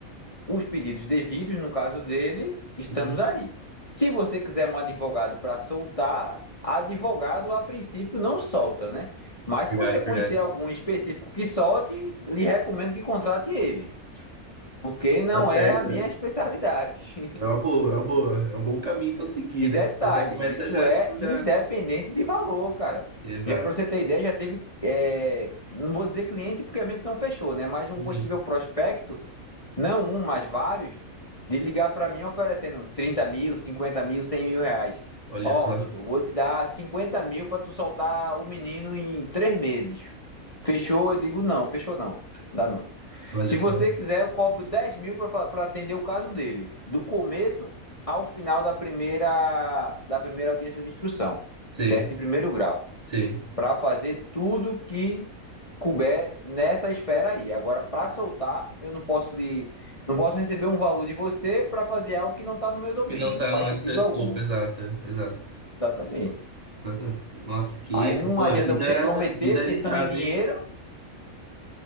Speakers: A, on the left (about 25°); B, on the right (about 25°).
A: os pedidos devidos, no caso dele, estamos
B: Uhum.
A: aí. Se você quiser um advogado para soltar, advogado a princípio não solta, né? Mas
B: Verdade,
A: se você conhecer
B: verdade.
A: algum específico que solte, lhe recomendo que contrate ele, porque não
B: Tá certo.
A: é a minha especialidade.
B: É uma boa, é uma boa. É um bom caminho para seguir,
A: E detalhe,
B: né? Você já começa
A: isso
B: já,
A: é
B: tipo,
A: independente
B: já.
A: de valor, cara.
B: Exato.
A: Já para você ter ideia, já teve, é, não vou dizer cliente porque a gente não fechou, né? Mas um
B: Enfim,
A: possível prospecto, não um, mas vários, de ligar para mim oferecendo 30 mil, 50 mil, 100 mil reais.
B: olha
A: Ó,
B: só,
A: doutor, vou te dar 50 mil para tu soltar o menino em três meses. Fechou? Eu digo, não, fechou não. Dá não.
B: olha
A: Se
B: só.
A: você quiser, eu cobro 10 mil para atender o caso dele, do começo ao final da primeira, da primeira audiência de instrução,
B: Sei,
A: certo? Em primeiro grau,
B: sei.
A: para fazer tudo que couber nessa esfera aí. Agora, para soltar, eu não posso de, não posso receber um valor de você para fazer algo que não está no meu domínio,
B: Que não tá,
A: não faz
B: não
A: sentido
B: é do seu escopo,
A: algum.
B: exato, é, exato.
A: Exatamente.
B: Exatamente. Nossa, que.
A: Aí não
B: Pô,
A: adianta
B: é vida,
A: você prometer
B: vida agitada,
A: pensando em dinheiro,
B: hein?